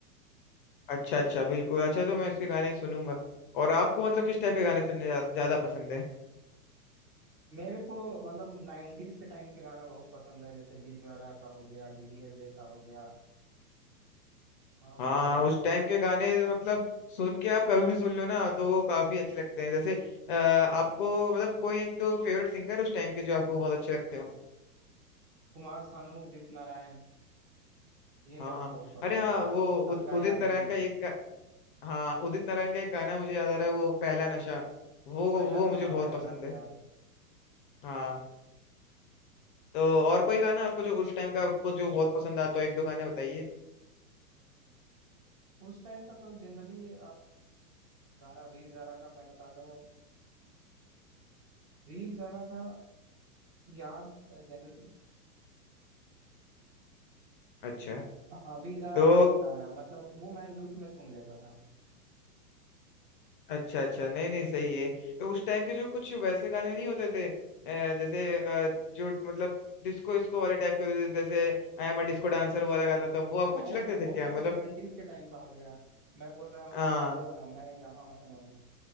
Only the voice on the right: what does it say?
मेरे को मतलब 90s के टाइम के गाना बहुत पसंद है जैसे वीर ज़ारा का हो गया डीडीएलजे का हो गया हाँ
वो सब
कुमार सानू उदित नारायण ये
मेरे को बहुत पसंद
है
अलका
याग्निक
पहला
नशा
पहला
प्यार
उस टाइम का तो जनरली गाना वीर ज़ारा का मैं बता दूं वीर ज़ारा का याद जनरली
हाँ वी जारा
का गाना है मतलब वो मैं लूप में सुन लेता था
हाँ वो
वो
तो
सेवेंटीज के टाइम का हो गया मैं बोल रहा हूँ
ये वाला मैं यहाँ हूँ